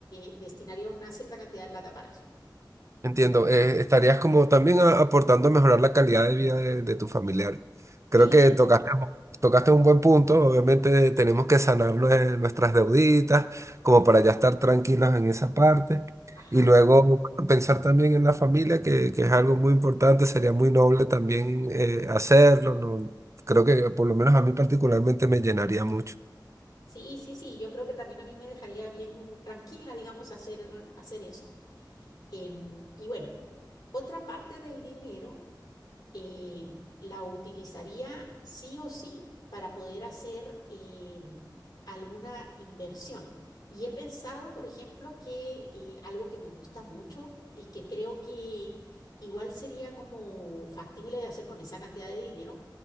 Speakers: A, on the left; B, on the right.
A: eh, destinaría una cierta cantidad de plata para eso.
B: Entiendo, eh, estarías como también a- aportando a mejorar la calidad de vida de, de tus familiares. Creo
A: Sí,
B: que tocaste, tocaste un buen punto, obviamente tenemos que sanar nue- nuestras deuditas como para ya estar tranquilos en esa parte
A: ajá.
B: y luego bueno, pensar también en la familia, que, que es algo muy importante, sería muy noble también eh, hacerlo, ¿no? Creo que por lo menos a mí particularmente me llenaría mucho.
A: Sí, sí, sí, yo creo que también a mí me dejaría bien tranquila, digamos, hacer, hacer eso. Em, y bueno, otra parte del dinero em, la utilizaría sí o sí para poder hacer em, alguna inversión. Y he pensado, por ejemplo, que eh, algo que me gusta mucho y que creo que igual sería como factible de hacer con esa cantidad de dinero